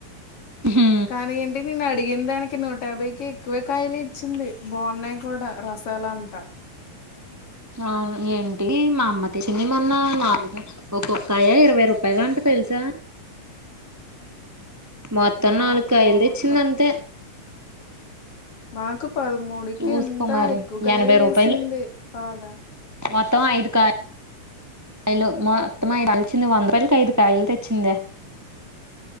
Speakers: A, on the right; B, on the left.
A: ఉహు
B: కానీ ఏంటి నిేను అడిగిన దానికి నూట యాభైకి ఎక్కువే కాయలే ఇచ్చింది బాగున్నాయి కూడా రసాలు అంట
A: అవును ఏంటి మా అమ్మ చింది మొన్న నాలుగు ఒకోక్కాయ ఇరవై రూపాయలు అంట తెలుసా మొత్తం
B: ఆ
A: నాలుకయలు తెచ్చింది
B: మ
A: అంతే
B: మాకు పదమూడుకి
A: చూసుకో
B: ఎంత
A: మరి
B: ఎక్కువ కయలే
A: ఎనభై
B: వేసింది
A: రూపాయలు
B: బాధ
A: మొత్తం ఐదు కాయలు మొత్తం కలిచింది వంద రుపాయలకి ఐదు కాయలు తెచ్చిందే